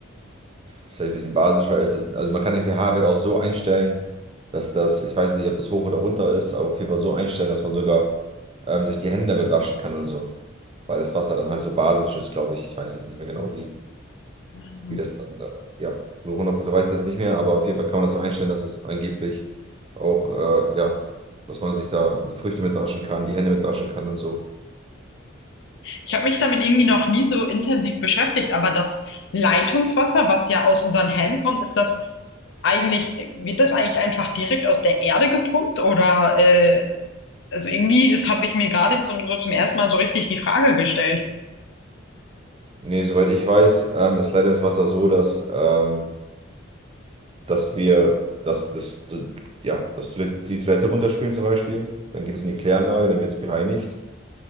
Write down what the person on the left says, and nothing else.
Mhm.
Ich habe mich damit irgendwie noch nie so intensiv beschäftigt, aber das Leitungswasser, was ja aus unseren Händen kommt, ist das eigentlich, wird das eigentlich einfach direkt aus der Erde gepumpt oder äh, also irgendwie ist, habe ich mir gerade zum, so zum ersten Mal so richtig die Frage gestellt.